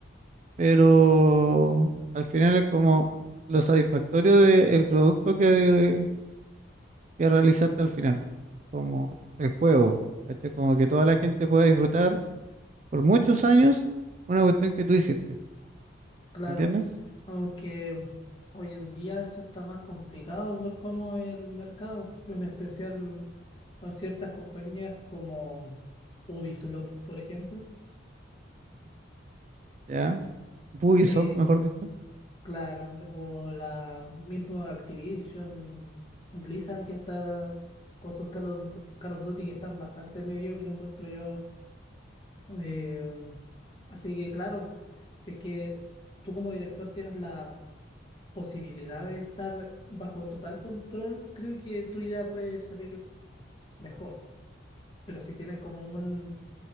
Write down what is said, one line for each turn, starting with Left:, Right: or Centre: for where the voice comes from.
Right: pero al final es como lo satisfactorio del producto que, que realizaste al final, como el juego, ¿cachai? Como que toda la gente pueda disfrutar por muchos años una cuestión que tú hiciste,
Left: claro.
Right: ¿entiendes?
Left: Aunque hoy en día eso está más complicado por cómo el mercado, en especial con ciertas compañías como Ubisoft, por ejemplo.
Right: Ya, Ubisoft,
Left: Eh,
Right: mejor dicho.
Left: claro, o la misma Activision, Blizzard que está con sus Call of, Call of Duty que están bastante mediocre, encuentro yo. Eh, Así que claro, si es que tú como director tienes la posibilidad de estar bajo total control, creo que tu idea puede salir mejor. Pero si tienes como un